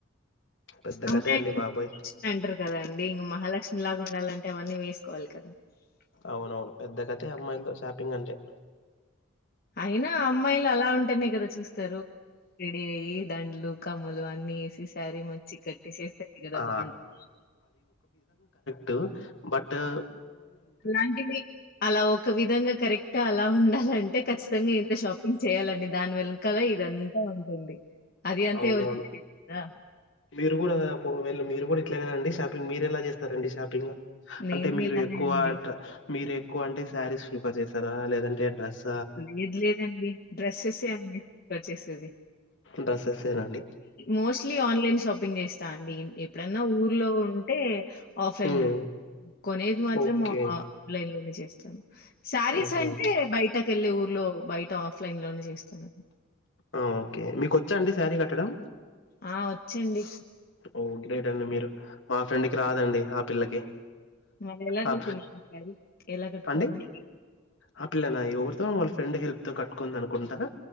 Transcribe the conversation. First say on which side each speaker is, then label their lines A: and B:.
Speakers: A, on the left; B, on the left.
A: పెద్ద
B: అమ్మాయి
A: కథే అండి
B: మాలక్ష్
A: బాబోయ్!
B: అంటారు కదా అండి ఇంకా మహాలక్ష్మి లాగా ఉండాలంటే అవన్నీ వే <unintelligible>
A: అవునవును పెద్ద కథే అమ్మాయిలతో షాపింగ్ అంటే
B: అయినా అమ్మాయిలు అలా ఉంటేనే కదా చూస్తారు. రెడీ అయ్యి దండ్లు కమ్మలు అ అన్నీ వేసి శారీ మంచి కట్టేసేస్తేనే కదా
A: ఆ!
B: బాగుంటుంది
A: దు బట్టూ..
B: అలాంటివి అలా ఒక విధంగా కరెక్ట అలా ఉండాలంటే ఖచ్చితంగా ఇంత షాపింగ్ చేయాలండి. దాన్ వెన్కలే ఇదంతా ఉంటుంది. అది అంతా
A: అవునవును,
B: ఎవరికి తెలియదు కదా!
A: మీరు గూడా పో వెళ్ళు మీరు. ప్పుడు ఇట్లే గదండి షాపింగ్. మీరెలా జేస్తారండి షాపింగ్.?
B: నేను
A: అంటే మీరు
B: ఇలానే
A: ఎక్కువ
B: అండి.
A: ట్ర మీరు ఎ.. ఎక్కువ అంటే శారీస్ ప్రిఫర్ జేస్తారా? లేదంటే డ్రెస్.
B: లేదు లేదండి డ్రెస్సెసే అండి పర్ చేసేది.
A: డ్రెస్సెసేనండి
B: మోస్ట్లీ ఆన్లైన్ షాపింగ్ జేస్తా. డీ ఎప్పుడన్నా ఊర్లో ఉంటే.. ఆఫెన్నిల్.
A: ఉమ్
B: కొనేది మాత్రం
A: ఓకే
B: ఆ ఆ లైన్ లోనే జేస్తాను. శారీస్
A: ఓకే
B: అంటే బయట. ఊర్లో బయట ఆఫ్. ఫ్లైన్ లోనే జేస్తున.
A: ఆ ఓకే మీకొచ్చా అండి శారీ కట్టడం.
B: ఆ ఓచ్చండి.
A: ఓ గ్రేట్ అండి మీరు. మా ఫ్రెండుకి రాదండి, ఆ పిల్లకి.
B: మళ్ళి ఎలా
A: ఆ
B: జేసిందండీ సారీ. ఎలా కట్టుకోండి.
A: అండి ఆ పిల్లనా ఎవరితో వాళ్ళ ఫ్రెండ్ హెల్ప్ తో కట్టుకుందనుకుంటా.